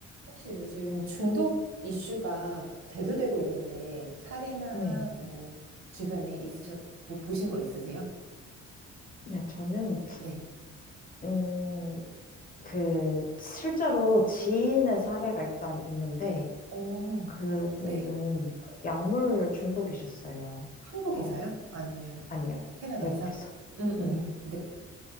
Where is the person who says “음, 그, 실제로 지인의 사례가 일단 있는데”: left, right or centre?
Left